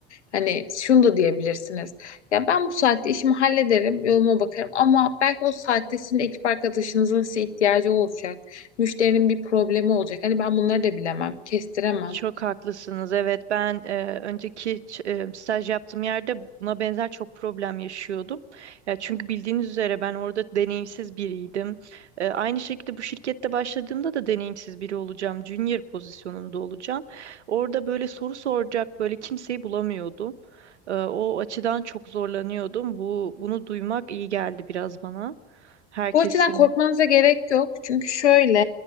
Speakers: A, on the left (about 85°); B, on the right (about 80°).
A: Hani şunu da diyebilirsiniz. Ya ben bu saatte işimi hallederim, yoluma bakarım ama belki o saatte sizin ekip arkadaşınızın size ihtiyacı olacak. Müşterinin bir problemi olacak. Hani ben bunları da bilemem, kestiremem.
B: Çok haklısınız. Evet, ben e, önceki ç- e, staj yaptığım yerde buna benzer çok problem yaşıyordum. Ya çünkü bildiğiniz üzere ben orada deneyimsiz biriydim. E, aynı şekilde bu şirkette başladığımda da deneyimsiz biri olacağım, junior pozisyonunda olacağım. Orada böyle soru soracak böyle kimseyi bulamıyordum. E, o açıdan çok zorlanıyordum. Bu bunu duymak iyi geldi biraz bana. Herkesin.
A: Bu açıdan korkmanıza gerek yok. Çünkü şöyle